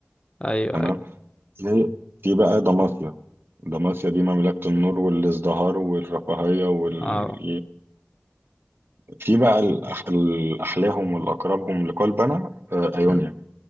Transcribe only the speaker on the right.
تمام
في في بقى دماسيا دماسيا دي مملكة النور والازدهار والرفاهية وال...
في بقى الأح... الأحلاهم والأقربهم لقلبنا آه، أيونيا